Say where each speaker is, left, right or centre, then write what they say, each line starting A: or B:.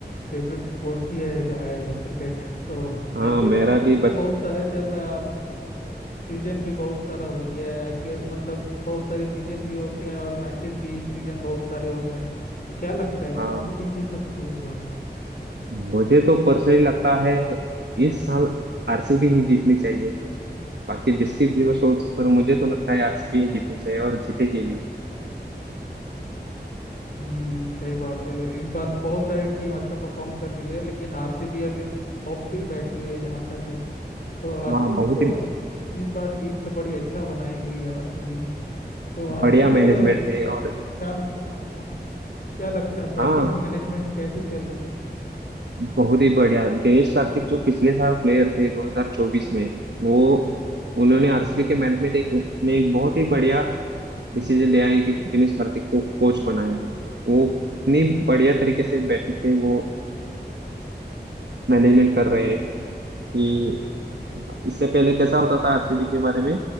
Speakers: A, on the left; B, on the right.
A: फेवरेट स्पोर्ट्स ही है आए, क्रिकेट तो
B: हाँ
A: आईपीएल
B: मेरा भी बच
A: तो बहुत सारा चल रहा है अब सीजन भी बहुत सारा हो गया है आईपीएल मतलब बहुत सारे सीजन भी हो गया और मैचेस भी इस सीजन बहुत सारे हो गए हैं। तो क्या लगता है
B: हाँ
A: कौन सी टीम जीत सकती है इस बार
B: मुझे तो पर्सनली लगता है इस साल आरसीबी ही जीतनी चाहिए बाकी जिसकी जो सोच पर मुझे तो लगता है आरसीबी ही जीतनी चाहिए और जीतेगी भी
A: हम्म सही बात है इस बार बहुत सारी टीम अच्छा परफॉर्म कर रही है लेकिन आरसीबी अभी टॉप पे ही बैठी हुई है जहाँ तक है तो आरसीबी
B: हाँ बहुत
A: तो
B: ही
A: इस बार टीम तो बड़ी अच्छा बनाई हुई है आरसीबी ने तो आरसीबी
B: बढ़िया मैनेजमेंट
A: का
B: है और
A: क्या लगता है आपको क्या लगता है बैटिंग
B: हाँ
A: मैनेजमेंट कैसी चल रही है
B: बहुत ही बढ़िया दिनेश कार्तिक जो पिछले साल प्लेयर थे 2024 में वो उन्होंने आरसीबी के मैनेजमेंट एक ने एक बहुत ही बढ़िया डिसीजन लिया है कि दिनेश कार्तिक को कोच बनाया है वो इतनी बढ़िया तरीके से बैटिंग के वो मैनेजमेंट कर रहे हैं कि इससे पहले कैसा होता था आरसीबी के बारे में